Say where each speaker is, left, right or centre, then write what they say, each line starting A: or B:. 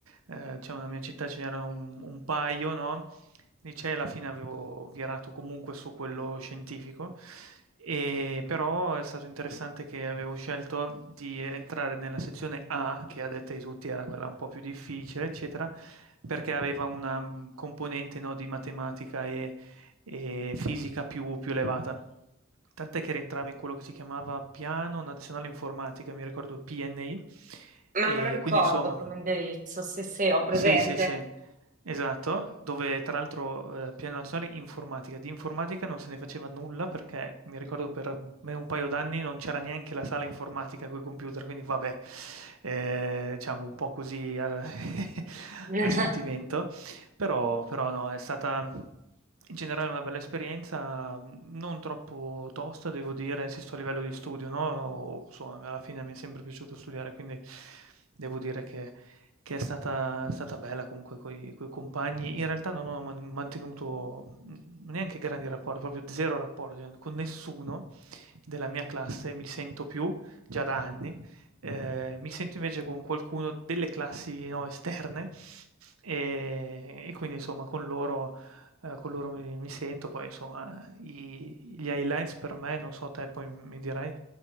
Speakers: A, on the right; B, on the right.
A: ehm, diciamo nella mia città ce n'era un un paio, no, licei alla fine avevo virato comunque su quello scientifico, ehm, però è stato interessante che avevo scelto di entrare nella sezione A, che a detta di tutti era quella un po' più difficile, eccetera, perché aveva una mm, componente no, di matematica e e fisica più, più elevata. Tant'è che rientrava in quello che si chiamava Piano Nazionale Informatica, mi ricordo PNI,
B: Ma
A: e
B: me lo ricordo
A: quindi insomma,
B: come indirizzo, sì, sì, ho presente.
A: eh, sì, sì, sì, esatto, dove tra l'altro eh, Piano Nazionale Informatica, di informatica non se ne faceva nulla perché mi ricordo per me un paio d'anni non c'era neanche la sala informatica con i computer, quindi vabbè, eh, diciamo un po' così a, <laughs>
B: <laughs>
A: a sentimento. Però, però no, è stata in generale una bella esperienza, mh, non troppo tosta, devo dire, insisto a livello di studio, no? Insomma, alla fine mi è sempre piaciuto studiare, quindi devo dire che, che è stata, stata bella comunque con i compagni. In realtà non ho man- mantenuto mh, neanche grandi rapporti, proprio zero rapporti, eh, con nessuno della mia classe mi sento più, già da anni. Eh, mi sento invece con qualcuno delle classi no, esterne, e, e quindi insomma con loro, eh, con loro mi, mi sento, poi insomma i- gli highlights per me, non so te poi mi dirai,